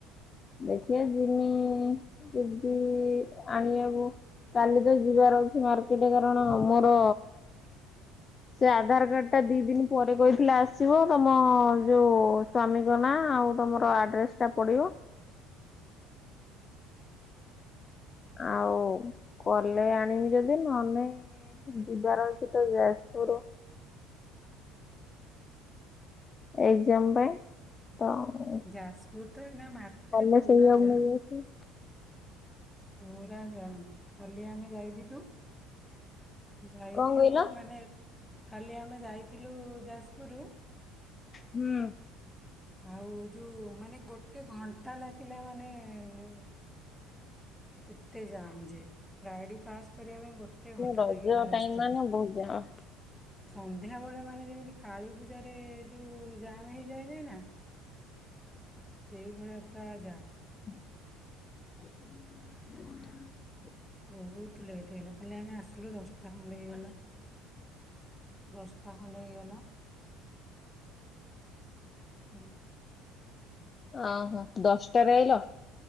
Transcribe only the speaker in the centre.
ଯାଜପୁର ତ ଏଇନା ମାର୍କେଟ
ପୁରା
ଜାମ୍
ପୁରା ଜାମ୍। କାଲି ଆମେ ଯାଇଥିଲୁ ଯାଇଥିଲୁ
ମାନେ କାଲି ଆମେ ଯାଇଥିଲୁ ଯାଜପୁରୁ।
ଆଉ ଯୋଉ ମାନେ ଗୋଟେ ଘଣ୍ଟା ଲାଗିଲା ମାନେ ଯୋଉ ଏତେ ଯାମ୍ ଯେ ଗାଡି ପାସ୍ କରିବା ପାଇଁ ଗୋ ଟେ ଘଣ୍ଟା
ଲାଗିଗଲା
ରାସ୍ତାରେ।
ସନ୍ଧ୍ୟାବେଳେ ମାନେ ଯେମିତି କାଳୀ ପୂଜାରେ ଯୋଉ ଜାମ୍ ହେଇଯାଏ ନି ନା। ସେଇଭଳିଆ ପୁରା ଯାମ୍।
ବହୁତ୍ ଲେଟ୍ ହେଲା କାଲି ଆମେ ଆସିଲୁ ଦଶଟା ଖଣ୍ଡେ ହେଇଗଲା। ଦଶଟା ଖଣ୍ଡେ ହେଇଗଲା ଉଁ।